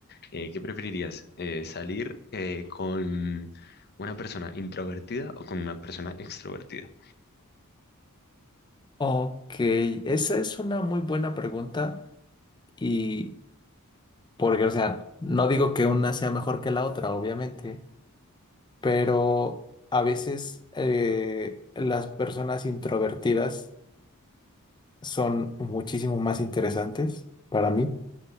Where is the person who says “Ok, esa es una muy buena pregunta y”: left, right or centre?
Left